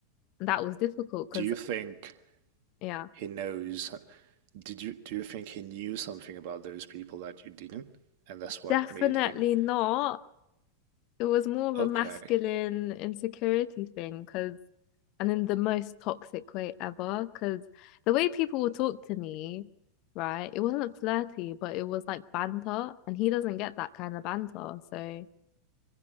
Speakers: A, on the left; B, on the right.
A: And that was difficult because
B: do you think
A: yeah,
B: he knows. Did you do you think he knew something about those people that you didn't, and that's what
A: Definitely
B: made him
A: not. It was more of
B: okay,
A: a masculine insecurity thing because, and in the most toxic way ever, because the way people would talk to me, right, it wasn't flirty, but it was like banter, and he doesn't get that kind of banter. So